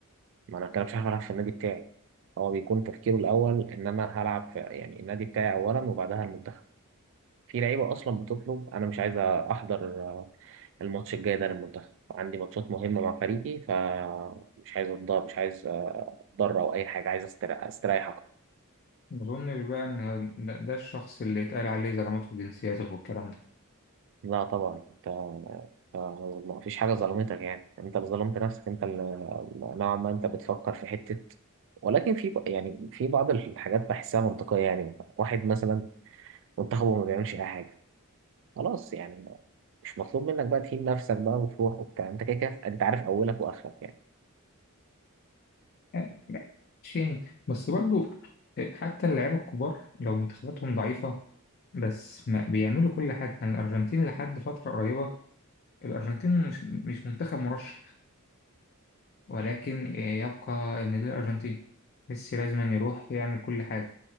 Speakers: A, on the right; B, on the left.
A: ما انا كده مش عارف العب في النادي بتاعي هو بيكون تفكيره الاول ان انا هلعب في يعني النادي بتاعي اولا وبعدها المنتخب في لعيبه اصلا بتطلب انا مش عايز احضر آه، الماتش الجاي ده للمنتخب عندي ماتشات مهمه مع فريقي فمش عايز اتضرر مش عايز آه، اتضرر او اي حاجه عايز استريح استريح اكتر
B: ما أظنش بقى إن ده, ده الشخص اللي يتقال عليه زلمته وجنسيته والكلام ده
A: لا طبعا انت أنت ما فيش حاجه ظلمتك يعني انت اللي ظلمت نفسك انت اللي نوعا ما انت بتفكر في حته ولكن في يعني في بعض الحاجات بحسها منطقيه يعني واحد مثلا منتخبه ما بيعملش اي حاجه خلاص يعني ما- مش مطلوب منك بقى تهين نفسك بقى وتروح وبتاع انت كده كده انت عارف اولك واخرك يعني
B: يعني ماشي يعني بس برضو آه، حتى اللعيبة الكبار لو منتخباتهم ضعيفة بس ما بيعملوا كل حاجة يعني الأرجنتين لحد فترة قريبة الأرجنتين مش مش منتخب مرشح ولكن آه، يبقى إن دي الأرجنتين ميسي لازم يروح يعمل كل حاجة